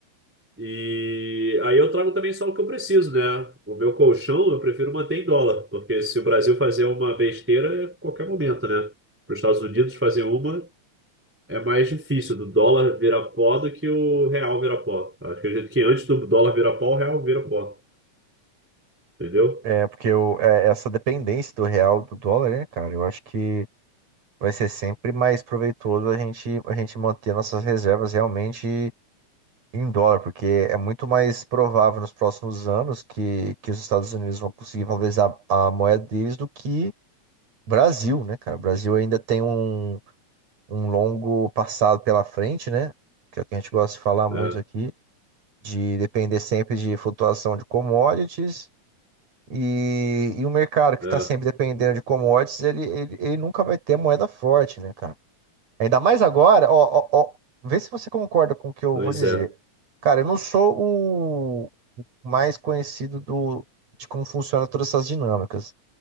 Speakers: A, in the centre; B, on the right.
A: E aí eu trago também só o que eu preciso, né? O meu colchão eu prefiro manter em dólar, porque se o Brasil fazer uma besteira, é qualquer momento, né? Para os Estados Unidos fazer uma, é mais difícil do dólar virar pó do que o real virar pó. Acho Eu Acredito que antes do dólar virar pó, o real vira pó, entendeu?
B: É, porque eu, é, essa dependência do real do dólar, né, cara? Eu acho que vai ser sempre mais proveitoso a gente, a gente manter nossas reservas realmente em dólar, porque é muito mais provável nos próximos anos que, que os Estados Unidos vão conseguir valorizar a moeda deles do que o Brasil, né, cara? O Brasil ainda tem um, um longo passado pela frente, né? Que é o que a gente gosta de falar muito
A: É,
B: aqui, de depender sempre de flutuação de commodities. E, e o mercado que
A: é,
B: está sempre dependendo de commodities, ele, ele, ele nunca vai ter moeda forte, né, cara? Ainda mais agora, ó, ó, ó, vê se você concorda com o que eu
A: pois
B: vou dizer.
A: é.
B: Cara, eu não sou o mais conhecido do, de como funciona todas essas dinâmicas,